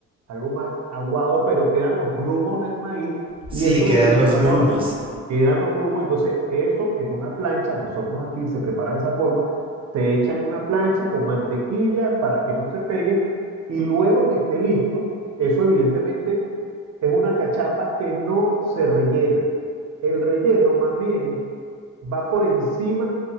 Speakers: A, on the right; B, on the right.
A: algo más aguado, pero quedan los grumos del maíz
B: sí
A: y eso
B: quedan
A: lo utilizamos,
B: los grumos
A: quedan los grumos, entonces eso en una plancha, nosotros aquí se prepara de esa forma, se echa en una plancha con mantequilla para que no se pegue y luego que esté listo, eso evidentemente es una cachapa que no se rellena. El relleno más bien va por encima,